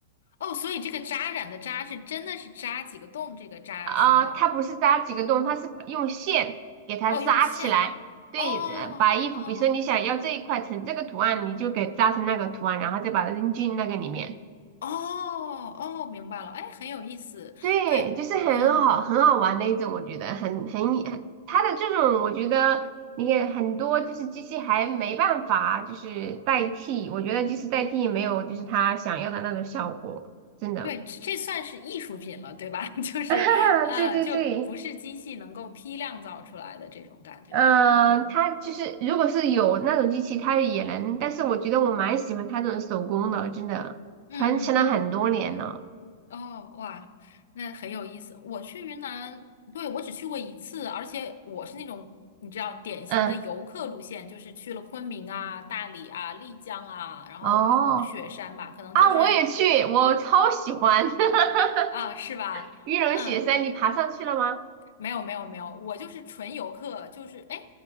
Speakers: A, on the left; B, on the right.
A: 哦，所以这个扎染的扎是真的是扎几个洞这个扎是吗？
B: 啊、它不是扎几个洞，它是用线给它扎起来。
A: 哦，用线。
B: 对，
A: 哦哦
B: 呃把衣服，比如说你想要这一块成这个图案，你就给扎成那个图案，然后再把它扔进那个里面。
A: 哦哦，明白了。哎，很有意思。
B: 对，
A: 对，
B: 就是很好很好玩的一种，
A: 嗯，
B: 我觉得很很很它的这种，我觉得你也很多就是机器还没办法就是代替，我觉得即使代替也没有就是它想要的那种效果，真的。
A: 对，这这算是艺术品了，对吧？<laughs> 就是呃，
B: <laughs> 啊对对对，
A: 就不是机器能够批量造出来的这种感觉。
B: 嗯、
A: 嗯
B: 它就是如果是有那种机器，它也能，但是我觉得我蛮喜欢它这种手工的，真的传承了很多年了。
A: 嗯。哦，哇，那很有意思。我去云南，对，我只去过一次，而且我是那种你知道典型的游客路线，
B: 嗯，
A: 就是去了昆明啊、大理啊、丽江啊，然后玉龙雪山吧，
B: 哦，
A: 可能就是
B: 啊，我也去，我超喜欢。<laughs>
A: 啊，是吧？
B: 玉龙雪山，
A: 嗯。
B: 你爬上去了吗？
A: 没有没有没有，我就是纯游客，就是哎，